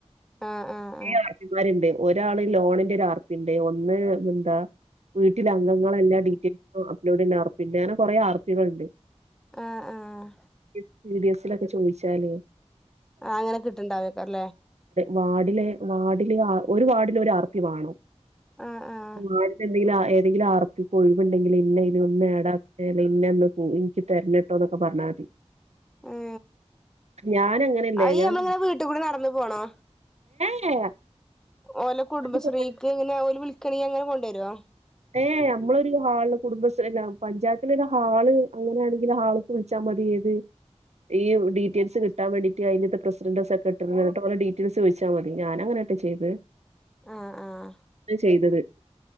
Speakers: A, in the centre; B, on the right.
A: ആ ആ അ
B: ആ ർ പി മാരുണ്ട് ഒരാള് ലോണ്ന്റൊ രാ ർപി ണ്ട് ഒന്ന് എന്താ വീടീലെ അംഗങ്ങളെ എല്ലാ ഡീറ്റെയിൽസും അപ്പ്‌ ലോഡ് ചെയ്യ് ണ ആർപി അങ്ങനെ കൊറേ ആർപികള്ണ്ട്
A: ആഹ് ആഹ് ആഹ്
B: ഈ സി ടി എസ് ലൊക്കെ ചോയ്ച്ചാല്
A: ആ അങ്ങനെ കിട്ട്ണ്ടായിരിക്കുംല്ലേ
B: വാഡില് വാടില് ഒരു വാർഡിൽ ഒരു ആ ർ പി വേണം
A: ആഹ് ആഹ്
B: മാർ ക്കെന്തെങ്കിലും ആയാൽ ഇതിൽ ആർ പി കൊയിവ്ണ്ടെങ്കില് ലെന്നെ ഒന്ന് ആഡ് ആക്ക് <unintelligible> ഇന്ക് തരണട്ടോന്നൊക്കെ പറഞ്ഞാമതി
A: ഏ
B: ഞാൻ അങ്ങനെയല്ലേ
A: അയ്നമ്മേടെ
B: ഞാൻ
A: വീട്ടിക്കൂടെ നടന്നപോണോ?
B: <unintelligible>
A: ഒലെ കുടുംബശ്രീക്
B: അത് ഫോണ്-
A: എങ്ങനെ ഓര് വിളി ക്ക ങ്ങനെ കൊണ്ടിരോ <unintelligible>
B: ഏ നമ്മളൊരു ഹാളില് കുടുംബശ്രീ പഞ്ചായത്തിൽ ഒരു ഹാൾ അങ്ങനെയാണെങ്കിൽ ഹാളിക്ക് വിളിച്ചാ മതി ഏത് ഈ ഡീറ്റെയിൽസ് കിട്ടാൻ വേണ്ടിട്ട് അയിന്റെ പ്രസിഡണ്ട്‌ സെക്രട്ടറി അവരോട് ഡീറ്റെയിൽസ് ചോദിച്ചാമതി. ഞാനങ്ങനെയാ ട്ടോ ചെയ്തേ
A: ആഹ് ആഹ്
B: ചെയ്തത്